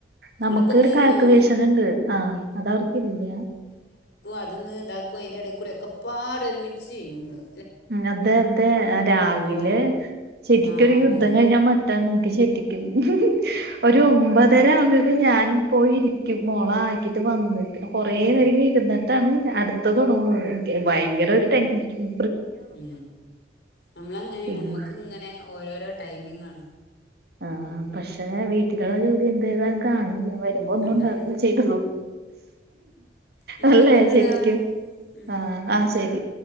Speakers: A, on the right; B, on the left.
A: നമുക്ക്
B: അതൊക്കൊന്ന്
A: ഒരു കാൽകുലേഷനുണ്ട്
B: ആ
A: ആഹ അതവർക്കില്ല
B: അതിന്ന് ഇതാക്കും അതിന്റെ ഇട കൂടെ ഒക്കെപാട് ഒരുമിച്ചിയ്യും നമ്മള്
A: അതെ അതെ രാവിലെ
B: ഓ
A: ശരിക്കൊരു
B: ആ അതാണ്
A: യുദ്ധം കഴിഞ്ഞാൽ മട്ട ശരിക്കും ഒരു ഒമ്പതര ആവുമ്പോക്കക്ക് ഞാൻ പോയിരിക്കും മോളാ ആക്കിട്ട് വന്ന് പിന്നെ കുറേ
B: ആ
A: നേരം ഇരുന്നിട്ടാണ് അടുത്ത തുടങ്ങുള്ള ഭയങ്കര ഒരു ടെൻഷ
B: ഉ നമ്മളങ്ങനെയാണ്
A: പിന്നെ
B: നമ്മക്ക് ഇങ്ങനെ ഓരോരോ ടൈമിംഗണ്
A: ആഹ പക്ഷെ വീട്ടിലുള്ള ജോലി എന്ത ചെയ്താലും കാണൂല വരുമ്പോ ഒന്നുംണ്ടാവില്ല
B: അതാണ്
A: ചെയ്തതും
B: എന്നാ
A: അല്ലെ
B: ആയിക്കോട്ടെടാ
A: ശരിക്കും
B: ഉം
A: ആഹ ആഹ ശരി